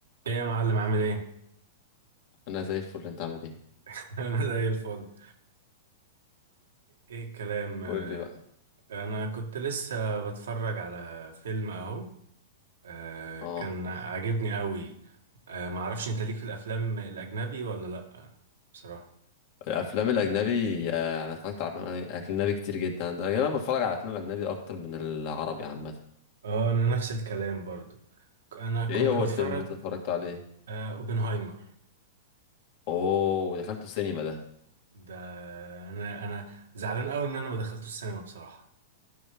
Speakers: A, on the right (about 80°); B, on the left (about 55°).
A: ايه يا معلم عامل ايه؟
B: انا زي الفل انت عامل ايه
A: <laughs> انا زي الفل ايه الكلام آه،
B: قول لي بقى
A: انا كنت لسه بتفرج على فيلم اهو آه،
B: اه
A: كان عاجبني قوي آه، معرفش انت ليك في الافلام الاجنبي ولا لا بصراحة
B: الافلام الاجنبي آه، انا اتفرجت على افلام اجنبي كتير جدا انا غالبا بتفرج على افلام اجنبي اكتر من العربي عامه
A: اه انا نفس الكلام برضو انا كنت
B: ايه هو
A: بتفرج
B: الفيلم اللي انت اتفرجت عليه
A: آه، اوبنهايمر
B: اوه دخلته السينما ده
A: ده انا انا زعلان قوي ان انا ما دخلتوش السينما بصراحة